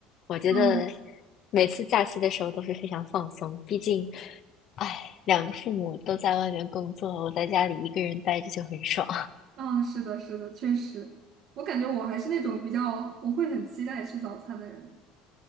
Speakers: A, on the left (about 40°); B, on the right (about 45°).
A: 我觉得
B: 嗯
A: 每次假期的时候都是非常放松，毕竟，哎，两个父母都在外面工作，我在家里一个人待着就很爽。
B: 嗯，是的，是的，确实，我感觉我还是那种比较我会很期待吃早餐的人。